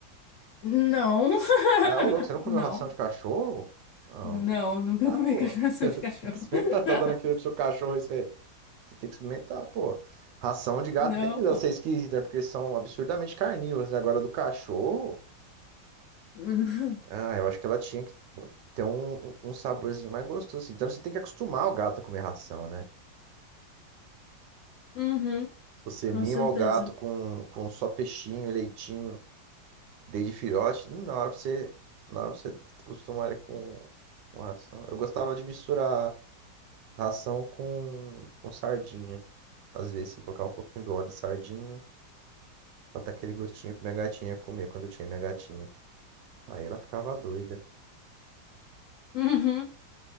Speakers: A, on the left; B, on the right.
A: Não. <laughs>
B: Ah, ô louco, você não comeu
A: Não.
B: ração de cachorro? Não,
A: Não,
B: tem que experimentar,
A: nunca <laughs> comi
B: pô.
A: cachaça
B: <laughs>
A: de cachorro.
B: Tem que experimentar,
A: <laughs>
B: tá dando aquilo pro seu cachorro, aí você, você tem que experimentar, pô. Ração de gato,
A: Não.
B: beleza, essa é esquisita, né? Porque eles são absurdamente carnívoros, né? Agora do cachorro,
A: Uhum.
B: ah, eu acho que ela tinha que ter um, um um saborzinho mais gostoso, assim. Então você tem que acostumar o gato a comer ração, né?
A: Uhum,
B: Se você
A: com
B: mima
A: certeza.
B: o gato com, com só peixinho, leitinho, desde filhote, na hora pra você, na hora pra você acostumar ele com, com ração. Eu gostava de misturar ração com, com sardinha. Às vezes, assim, colocar um pouquinho do óleo de sardinha pra dar aquele gostinho pra minha gatinha comer quando eu tinha minha gatinha. Aí ela ficava doida.
A: Uhum.